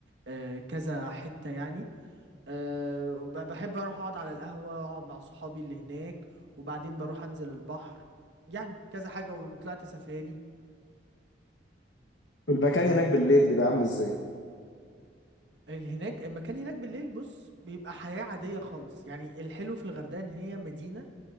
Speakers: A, on the right (about 75°); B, on the left (about 85°).
A: آه، كذا حتة يعني آه، ب- بحب اروح اقعد على القهوة اقعد مع صحابي اللي هناك وبعدين بروح انزل البحر يعني كذا حاجة وطلعت سفاري
B: المكان هناك بالليل بيبقى عامل ازاي
A: هناك المكان هناك بالليل بص بيبقى حياة عادية خالص يعني الحلو في الغردقة ان هي مدينة